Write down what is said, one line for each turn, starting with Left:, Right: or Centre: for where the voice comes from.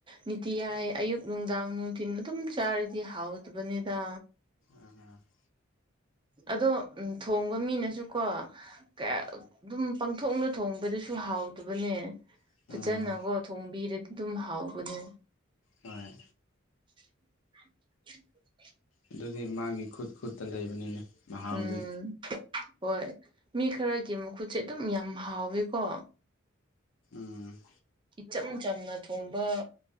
Right: ꯅꯤꯇꯤꯌꯥꯏ ꯑꯌꯨꯛ ꯅꯨꯡꯗꯥꯡ ꯅꯨꯡꯊꯤꯟ ꯑꯗꯨꯝ ꯁꯨꯝ ꯆꯥꯔꯗꯤ ꯍꯥꯎꯕꯅꯤꯗ
Left: ꯑ <unintelligible>
Right: ꯑꯗꯣ ꯊꯣꯡꯕ ꯃꯤꯅꯁꯨꯀꯣ ꯑꯗꯨꯝ ꯄꯨꯛꯊꯣꯡꯗ ꯊꯣꯡꯕꯗꯁꯨ ꯍꯥꯎꯗꯕꯅꯦ
Left: ꯑꯥ
Right: ꯐꯖꯅꯀꯣ ꯊꯣꯡꯕꯤꯔꯗꯤ ꯑꯗꯨꯝ ꯍꯥꯎꯕꯅꯦ
Left: ꯍꯣꯏ
Right: <unintelligible>
Left: ꯑꯗꯨꯗꯤ ꯃꯥꯒꯤ ꯈꯨꯠ ꯈꯨꯠꯇ ꯂꯩꯕꯅꯤꯅꯦ ꯃꯍꯥꯎꯗꯤ
Right: ꯎꯝ ꯍꯣꯏ ꯃꯤ ꯈꯔꯒꯤ ꯈꯨꯁꯩ <unintelligible> ꯑꯗꯨꯝ ꯌꯥꯝ ꯍꯥꯎꯋꯦꯀꯣ
Left: ꯎꯝ
Right: ꯏꯆꯝ ꯆꯝꯅ ꯊꯣꯡꯕ